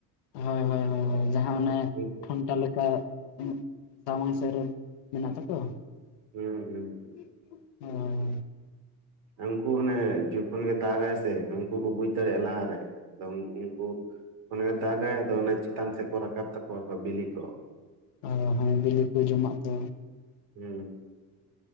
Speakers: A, on the left; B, on the right.
A: ᱦᱳᱭ ᱦᱳᱭ ᱦᱳᱭ ᱡᱟᱦᱟᱸ ᱚᱱᱮ
B: ᱦᱩᱸ
A: ᱴᱷᱚᱱᱴᱟ ᱞᱮᱠᱟ᱾ ᱦᱚᱸ ᱥᱟᱢᱟᱝ ᱥᱮᱜ ᱨᱮᱱ ᱢᱮᱱᱟᱜ ᱛᱟᱠᱚᱣᱟ?
B: ᱦᱩᱸ ᱦᱩᱸ᱾
A: ᱦᱩᱸ
B: ᱩᱱᱠᱩ ᱚᱱᱮ ᱡᱚᱠᱷᱚᱱ ᱜᱮ ᱫᱟᱜᱟᱭ ᱥᱮ ᱩᱱᱠᱩ ᱠᱚ ᱵᱩᱡ ᱫᱟᱲᱮᱭᱟᱜ-ᱟ ᱞᱟᱦᱟᱨᱮ, ᱟᱫᱚ ᱩᱱ ᱩᱱᱠᱩ ᱚᱱᱮ ᱫᱟᱜᱟᱭ ᱟᱫᱚ ᱚᱱᱮ ᱪᱮᱛᱟᱱ ᱛᱮᱠᱚ ᱨᱟᱠᱟᱵ ᱛᱟᱠᱚᱣᱟ ᱠᱚ ᱵᱤᱞᱤ ᱠᱚ᱾
A: ᱦᱮᱸ ᱦᱳᱭ ᱵᱤᱞᱤ ᱠᱚ ᱡᱚᱢᱟᱜ ᱠᱚ᱾
B: ᱦᱩᱸ